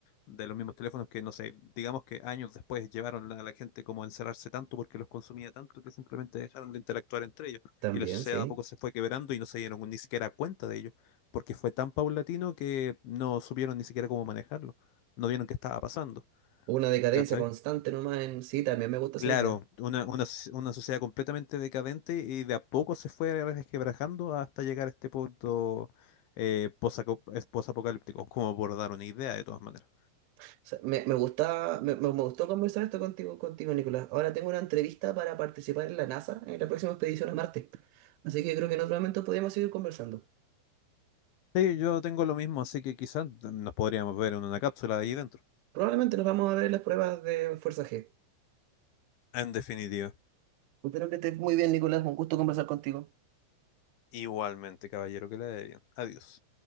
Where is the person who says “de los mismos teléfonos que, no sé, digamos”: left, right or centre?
Left